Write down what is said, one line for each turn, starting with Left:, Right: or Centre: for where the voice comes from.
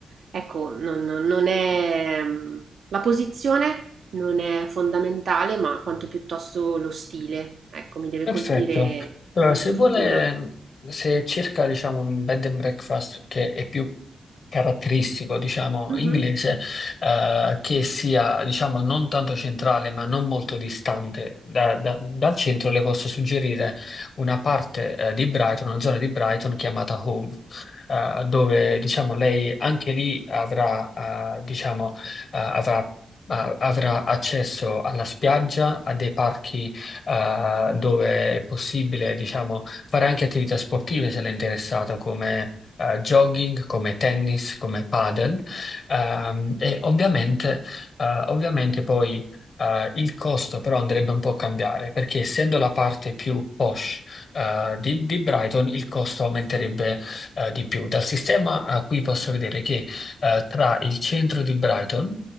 Right: ecco, non, non- non è... la posizione non è fondamentale, ma quanto piuttosto lo stile, ecco, mi deve
Left: Perfetto.
Right: colpire
Left: Allora,
Right: la
Left: se
Right: struttura.
Left: vuole, se cerca, diciamo, un bed and breakfast che è più caratteristico, diciamo,
Right: Mhm,
Left: inglese, eh, che sia, diciamo, non tanto centrale, ma non molto distante da- da- dal centro, le posso suggerire una parte, eh, di Brighton, una zona di Brighton chiamata Home. eh, dove diciamo lei anche lì avrà, eh, diciamo, eh, avrà, eh, avrà accesso alla spiaggia, a dei parchi eh, dove è possibile, diciamo, fare anche attività sportive se l'è interessato, come eh, jogging, come tennis, come padel. Ehm, e ovviamente, eh, ovviamente poi eh, il costo però andrebbe un po' a cambiare, perché essendo la parte più posh eh, di, di Brighton, il costo aumenterebbe eh, di più. Dal sistema eh, qui posso vedere che eh, tra il centro di Brighton